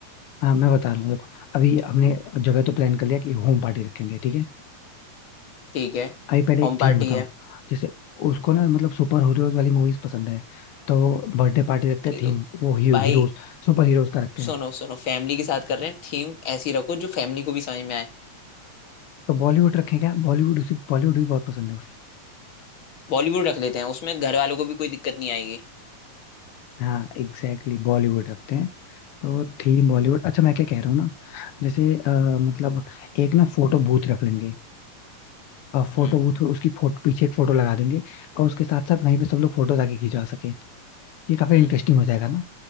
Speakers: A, on the left; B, on the left.
A: हाँ मैं बता रहा हूँ देखो अभी हमने जगह तो प्लान कर लिया कि होम पार्टी रखेंगे ठीक है
B: ठीक है
A: अभी पहले
B: होम
A: एक
B: पार्टी
A: थीम बताओ
B: है
A: जैसे उसको ना मतलब सुपर हीरोज वाली मूवीज पसंद है तो बर्थडे पार्टी रखते
B: अरे
A: हैं
B: तो
A: थीम वो ही,
B: भाई
A: हीरोज सुपर हीरोज का रखते
B: सुनो
A: हैं
B: सुनो फैमिली के साथ कर रहे हैं थीम ऐसी रखो जो फैमिली को भी समझ में आए
A: तो बॉलीवुड रखें क्या बॉलीवुड उसे बॉलीवुड भी बहुत पसंद है उसे
B: बॉलीवुड रख लेते हैं उसमें घर वालों को भी कोई दिक्कत नहीं आएगी
A: हाँ एग्जैक्टली exactly, बॉलीवुड रखते हैं तो थीम बॉलीवुड अच्छा मैं क्या कह रहा हूँ ना जैसे अ, मतलब एक ना फोटो बूथ रख लेंगे फोटो
B: हम्म
A: बूथ उसकी फोटो पीछे एक फोटो लगा देंगे और उसके साथ साथ वहीं पे सब लोग फोटो आके खिंचवा सके ये काफी
B: हम्म
A: इंटरेस्टिंग हो जाएगा ना